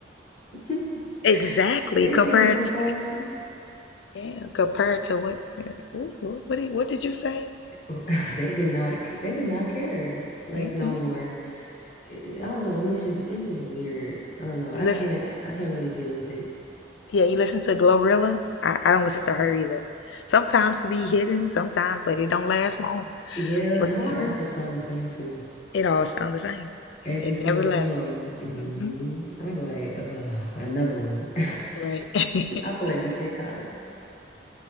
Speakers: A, on the left; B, on the left.
A: <laughs>
B: exactly
A: They
B: compared
A: seem so classy.
B: to yeah, compared to what yeah, what what, what did what did you say?
A: <laughs> They did not, c- they do not care. Like
B: Mm-mm.
A: no more. I I don't know. And it's just, it's just weird. I don't know. I
B: You listen
A: can't, I can't really get with it.
B: Yeah, you listen to Glorilla? I, I don't listen to her either. Sometimes it be hidden, sometimes, but it don't last long.
A: Yeah. And all
B: Yeah,
A: her stuff sound the same too.
B: it all sounds the same. It,
A: Every
B: it
A: single
B: never lasts
A: song.
B: long.
A: Mm-hmm.
B: hmm
A: I'm like, ugh, another one. <laughs>
B: Right. <laughs>
A: I feel like DJ Khaled.